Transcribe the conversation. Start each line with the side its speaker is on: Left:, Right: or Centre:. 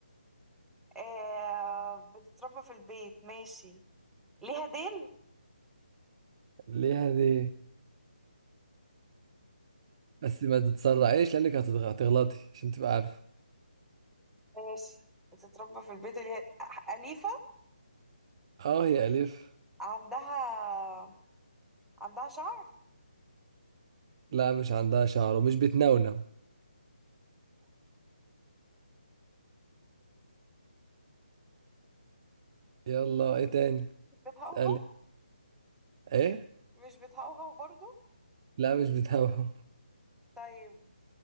Centre: آه. بتتربى في البيت ماشي ليها ديل
Right: ليه دي بس ما تتسرعيش لانك هتتغ- هتغلطي عشان تبقى عارفه
Centre: ماشي بتتربى في البيت وليها أليفة
Right: اه هي الف
Centre: عندها عندها شعر
Right: لا مش عندها شعر ومش بتنونو يلا ايه تاني
Centre: مش بتهوهو
Right: اسالي ايه
Centre: مش بتهوهو برضو
Right: لا مش بتنونو
Centre: طيب